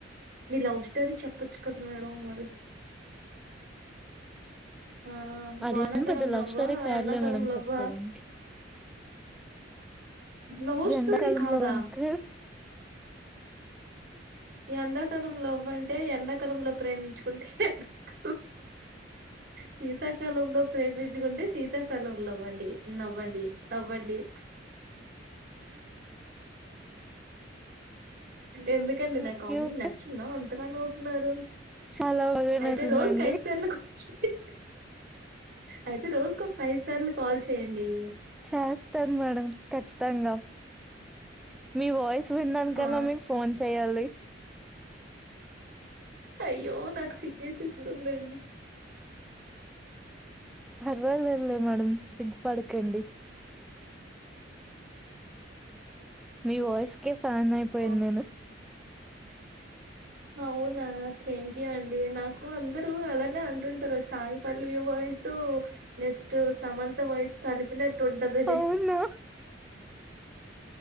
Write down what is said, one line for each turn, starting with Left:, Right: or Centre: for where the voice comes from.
Right: మీల టర చెప్పొచ్చు కదా మేడం మరి ఆ
Centre: అది
Right: వానాకాలం
Centre: పెద్ద లవ్
Right: లవ్వా
Centre: స్టోరీ కాధులే
Right: ఎండాకాలం
Centre: మేడంని
Right: లవ్వా
Centre: చెప్పుకోడానికి
Right: లవ్ స్టోరీ
Centre: ఎండాకాలంలో
Right: కాదా
Centre: అంటక
Right: ఎండాకాలంలో అవ్వంటే ఎండాకాలంలో ప్రేమించుకుంటే సీత క్ సీత కాలంలో ప్రేమించుకుంటే స్ శీతాకాలం లవ్ వ్వండి నవ్వండి నవ్వండి ఎందుకండి నా
Centre: ఓకే.
Right: Comedy
Centre: okay.
Right: నచ్చిందా అన్ అంతరాన నవ్వుతున్నారు
Centre: చాలా బాగా
Right: అయితే
Centre: నచ్చిందండి
Right: రోజుకి సార్లు కాల్ చేయండి. అయితే రోజుకు ఒక ఫైవ్ సార్లు కాల్ చేయండి
Centre: చేస్తాను మేడం ఖచ్చితంగా మీ వాయిస్ స్ వినడానికాన్నా
Right: ఆ!
Centre: మీకు ఫోన్ చెయ్యాలి
Right: అయ్యో నాకు సిగ్గేసేస్తుందండి
Centre: పర్వాలేదులే మేడం సిగ్గుపడకండి
Right: ఉమ్
Centre: మీ వాయిస్కే ఫ్యాన్ అయిపోయను
Right: ఓహ్!
Centre: నేను
Right: అవునా థ్యాంక్ యూ అండి నాకు అందరు అలానే అంటుంటారు, Sai Pallavi voice next, Samantha voice. కలిపినట్టు ఉంటదని
Centre: అవునా?